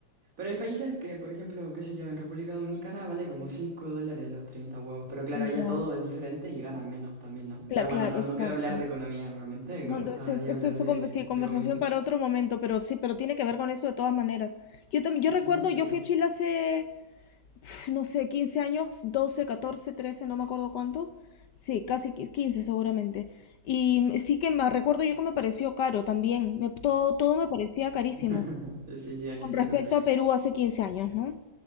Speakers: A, on the right; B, on the left.
A: Pero hay países que, por ejemplo, qué sé yo, en República Dominicana vale como 5 dólares los 30 huevos. Pero claro, ya
B: Ya.
A: todo es diferente y ganan menos también, ¿no?
B: Cla-
A: Pero
B: claro,
A: bueno, no,
B: exacto.
A: no quiero hablar de economía realmente,
B: No,
A: me gustaría
B: no, es, es, es
A: hablar
B: eso
A: de,
B: con- sí, conversación
A: de comidita.
B: para otro momento, pero sí, pero tiene que ver con eso de todas maneras. Yo también, yo
A: Sí,
B: recuerdo, yo
A: obvio.
B: fui a Chile hace, uf, no sé, 15 años, 12, 14, 13, no me acuerdo cuántos. Sí, casi qui- 15 seguramente. Y sí que me recuerdo yo que me pareció caro también. Me- todo, todo me parecía carísimo.
A: <laughs> Sí, sí, aquí
B: Con
A: es
B: respecto
A: caro.
B: a Perú hace quince años, ¿no?